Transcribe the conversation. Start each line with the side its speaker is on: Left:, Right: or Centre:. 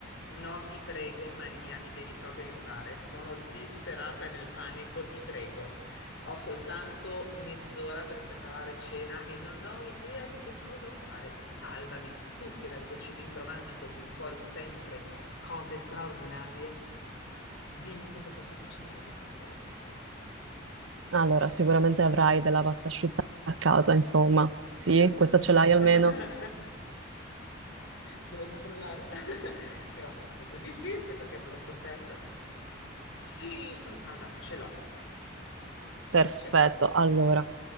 Left: No, ti prego, Maria, mi devi proprio aiutare. Sono disperata nel panico, ti prego. Ho soltanto mezz'ora per preparare cena e non ho idea di che cosa fare. Salvami, tu che dal tuo cilindro magico tiri fuori sempre cose straordinarie. Dimmi cosa posso cucinare questa sera, ti prego.
Right: Allora, sicuramente avrai della pasta asciutta a casa, insomma. Sì,
Left: <laughs>
Right: questa ce l'hai almeno?
Left: Devo controllare? <laughs> Però sì, credo di sì. Aspetta che apro lo sportello. Sì, sono salva, ce l'ho.
Right: Perfetto.
Left: C'è...
Right: Allora,